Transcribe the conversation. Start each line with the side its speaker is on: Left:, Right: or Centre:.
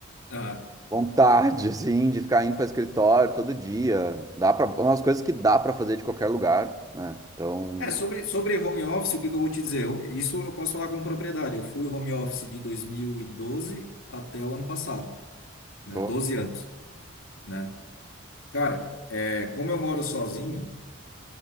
Left: ah,
Right: Vontade, assim, de ficar indo para escritório todo dia. Dá para umas coisas que dá para fazer de qualquer lugar, né? Então,
Left: é sobre, sobre home office, o que que eu vou te dizer? Eu- isso eu posso falar com propriedade. Eu fui home office de 2012 até o ano passado. né?
Right: tô-
Left: doze anos, né? Cara, é, como eu moro sozinho,